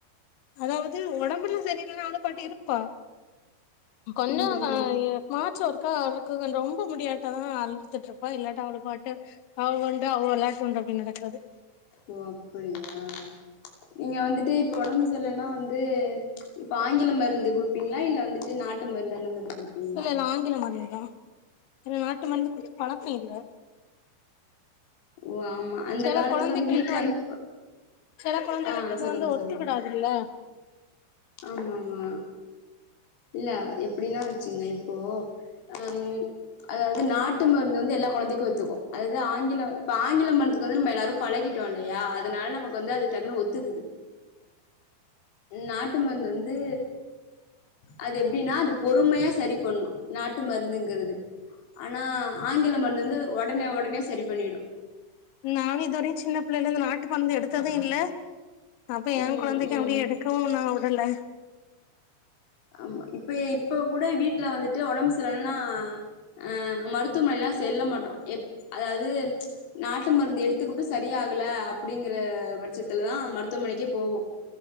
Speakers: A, on the left; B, on the left.
A: அதாவது ஒடம்புலா சரியில்லன்னா அவ பாட்டு இருப்பா கொஞ்ச
B: ம்
A: <unintelligible>
B: ம்
A: மா அவளுக்கு ரொம்ப முடியாட்ட தான் அழுதுட்டு இருப்பா இல்லாட்ட அவளுக்கு பாட்டு அவ உண்டு அவ விளையாட்டு உண்டு அப்டினு நடக்குறது
B: ஓ அப்படியா நீங்க வந்துட்டு இப்ப உடம்பு செர்லனா வந்து இப்ப ஆங்கிலம் மருந்து குடுப்பீங்களா இல்ல வந்துட்டு நாட்டு மருந்து அந்த மாதிரி குடுப்பீங்களா
A: இல்ல இல்ல ஆங்கில மருந்து தான் நாட் ட்டு மருந்து குடுத்து பழக்க இல்ல
B: ஓ ஆமா அந்த
A: சில
B: காலத்துல
A: கொழந்தைகளுக்கு
B: வந்து வீட்டுல வந்து
A: சில கொழந்தைகளுக்கு
B: ஆஹ்
A: அது
B: சொல்லுங்க
A: வந்து ஒத்துக்கிடாதுல்ல
B: சொல்லுங்க ஆமா ஆமா இல்ல எப்படின்னா வச்சுங்க இப்போ அஹ் அதாவது நாட்டு மருந்து வந்து எல்லா குழந்தைக்கும் ஒத்துக்கும் அதாவது ஆங்கிலம் இப்ப ஆங்கில மருத்துக்கு வந்து நம்ம எல்லாரும் பழகிட்டோம் இல்லையா அதனால நமக்கு வந்து அது டக்குனு ஒத்துக்குது நாட்டு மருந்து வந்து அது எப்படின்னா அது பொறுமையா சரி பண்ணும் நாட்டு மருந்துங்கிறது ஆனா ஆங்கில மருந்து வந்து உடனே உடனே சரி பண்ணிடும்
A: நானு இதுவரையு சின்ன பிள்ளைல இருந்து நாட்டு மருந்து எடுத்தது இல்ல அப்ப என்
B: ம்
A: குழந்தைக்க
B: ம்
A: அப்படி எடுக்கவும் நா ல்ல
B: ஆமா இப்ப இப்ப கூட வீட்டுல வந்துட்டு உடம்பு சரிலன்னா அஹ் மருத்துவமனைல்லாம் செல்ல மாட்டோம் எ அதாவது நாட்டு மருந்து எடுத்துக்கிட்டும் சரியாகல அப்படிங்கிற பட்சத்துலதான் மருத்துவமனைக்கே போவோம்